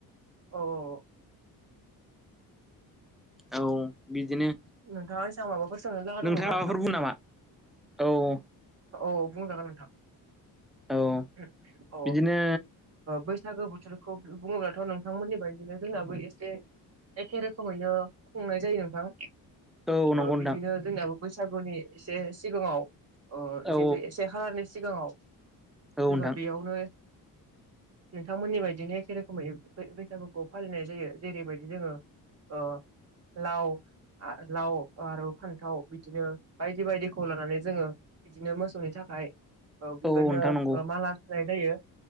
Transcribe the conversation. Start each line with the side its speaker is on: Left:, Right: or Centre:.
Right: औ औ औ
Centre: औ बिदिनो
Right: नोंथाङा आंनि सायाव माबाफोर सोंनो लागा
Centre: नोंथाङा
Right: दं नामा
Centre: माबाफोर
Right: नोंथां?
Centre: बुं नामा औ
Right: औ बुंजागोन नोंथां
Centre: औ
Right: अ ओ
Centre: बिदिनो
Right: बैसागो बोथोरखौ बुङोब्लाथ' नों थांमोननि बायदिनो जोंनाबो एसे एखे रोखोमैनो खुंनाय जायो नोंथां।
Centre: औ
Right: ओ
Centre: नंगौ नोंथां
Right: बिदिनो जोंनियाबो बैसागुनि एसे सिगाङाव ओ
Centre: औ
Right: जिहेतु से खालारनि सिगाङाव
Centre: औ नोंथां
Right: जोङो बेयावनो नोंथांमोननि बायदिनो एखे रोखोमै बैसागुखौ फालिनाय जायो जेरैबायदि जोङो ओ लाव आ लाव आरो फान्थाव बिदिनो बायदि बायदिखौ लानानै जोङो बिदिनो मोसौनि थाखाय ओ बिदिनो
Centre: औ नोंथां नंगौ
Right: माला सुनाय जायो